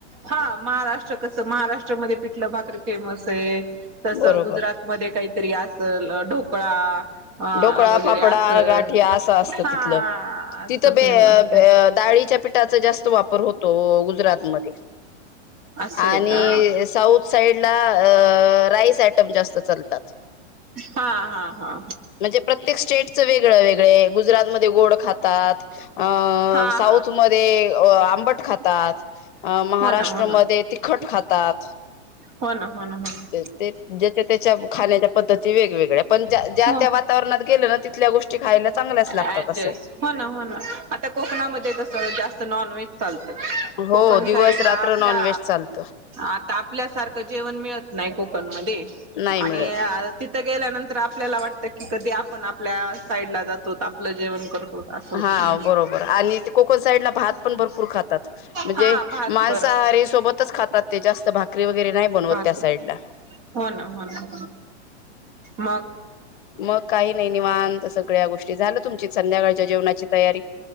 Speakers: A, on the right (about 30°); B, on the left (about 45°).
A: हा महाराष्ट्र कसं महाराष्ट्रामध्ये पिठलं भाकरी फेमस आहे. तस
B: बरोबर
A: गुजरात मध्ये काहीतरी असल ढोकळा अ
B: ढोकळा
A: वगैरे
B: फाफडा
A: असं
B: गाठीया असं असतं
A: हा
B: तिथलं
A: असं
B: तिथंल बे
A: फेमस
B: बे
A: आहे
B: डाळीच्या पिठाचा जास्त वापर होतो गुजरातमध्ये.
A: असं
B: आणि
A: आहे का
B: साऊथ साइड ला अ राईस आयटम जास्त चालतात.
A: हा हा हा.
B: म्हणजे प्रत्येक स्टेटचं वेगळं वेगळे गुजरातमध्ये गोड खातात. अ
A: हा
B: साऊथ
A: हा
B: मध्ये आंबट खातात. अ महाराष्ट्रमध्ये
A: हो ना हो ना
B: तिखट खातात.
A: हो ना हो ना हो ना.
B: ते ज्याच्या त्याच्या खाण्याच्या पद्धती वेगवेगळ्या पण ज्या
A: ना
B: ज्या. त्या वातावरणात गेलं ना तिथल्या गोष्टी खायला चांगल्याच
A: अड्जस्ट
B: लागतात असं
A: हो ना हो ना आता कोकणामध्ये कस जास्त नॉन व्हेज. चालतय
B: आहे हो
A: कोकण
B: दिवस
A: साईड
B: रात्र
A: ला आपल्या.
B: नॉनव्हेज चालतं
A: आता आपल्यासारखं जेवण मिळत नाही कोकणमध्येध्
B: नाही
A: आणि
B: मिळत
A: अल्प तिथं गेल्यानंतर आपल्याला वाटतं की कधी आपण आपल्या साईड ला जातो आपलं जेवण करतो. असं होत
B: हा बरोबर आणि ते कोकण साईडला भात पण भरपूर खातात. म्हणजे
A: हा भात
B: मांसाहारी
A: पर
B: सोबतच खातात ते जास्त भाकरी वगैरे नाही बनवत
A: भाकर
B: त्या साईडला.
A: हो ना हो ना मग.
B: मग काही नाही निवांत सगळ्या गोष्टी झाल्या तुमची संध्याकाळच्या जेवणाची तयारी?